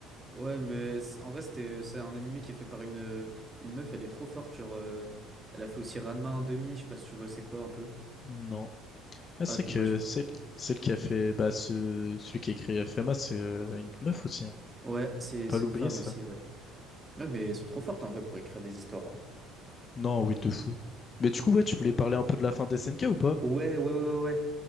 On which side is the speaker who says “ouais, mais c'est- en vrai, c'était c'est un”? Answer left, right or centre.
Right